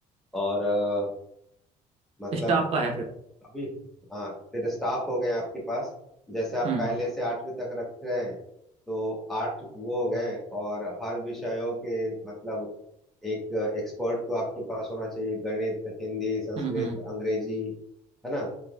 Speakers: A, in the centre; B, on the right.
A: और अ, मतलब
B: स्टाफ का है फिर
A: अभी हाँ तेरे स्टाफ हो गए हैं आपके पास जैसे आप
B: हम्म
A: पहले से आठवीं तक रख रहे हैं तो आठ वो हो गए और हर विषयों के मतलब एक एक्सपर्ट तो आपके पास होना चाहिए गणित हिंदी संस्कृत
B: हम्म हम्म
A: अंग्रेजी है ना